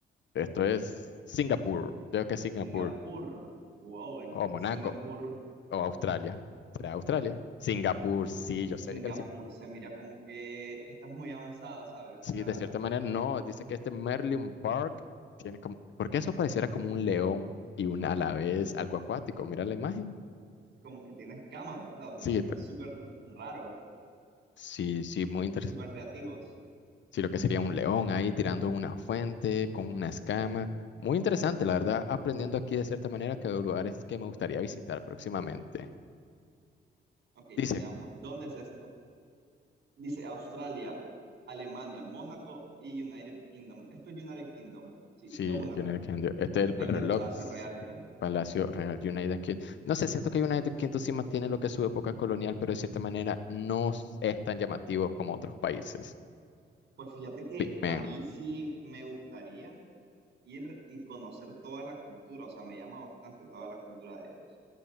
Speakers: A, on the left (about 70°); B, on the right (about 60°).
A: Esto
B: esto,
A: es Singapur. Creo que es
B: Singapur.
A: Singapur.
B: Wow, entonces
A: O Monaco.
B: Singapur,
A: O Australia. ¿Será Australia? Singapur, sí, yo
B: Singapur
A: sé que era
B: se mira como que estás muy avanzado, ¿sabes?
A: Sí,
B: O sea,
A: de cierta manera, no. Dice que este Merlin Park tiene como, porque eso pareciera como un león y un a la vez algo acuático. Mira la imagen.
B: como que tienes camas, ¿verdad? O sea,
A: Sí,
B: se mira
A: pe-
B: súper raro,
A: sí, sí,
B: su-
A: muy interesante.
B: súper creativos.
A: Sí, lo que sería un león ahí tirando una fuente con una escama. Muy interesante, la verdad, aprendiendo aquí de cierta manera que de lugares que me gustaría visitar próximamente.
B: Ok,
A: Dice.
B: veamos. ¿Dónde es esto? Dice Australia, Alemania, Mónaco y United Kingdom. Esto es United Kingdom. Sí,
A: Sí,
B: de una.
A: United Kingdom. Este es el
B: Ahí está
A: reloj
B: el Palacio Real, mira.
A: Palacio Real United Kingdom. No sé, siento que United Kingdom sí mantiene lo que es su época colonial, pero de cierta manera no s- es tan llamativo como otros países.
B: Pues fíjate que
A: Big Ben.
B: a mí sí me gustaría ir y conocer toda la cultura. O sea, me llama bastante toda la cultura de ellos.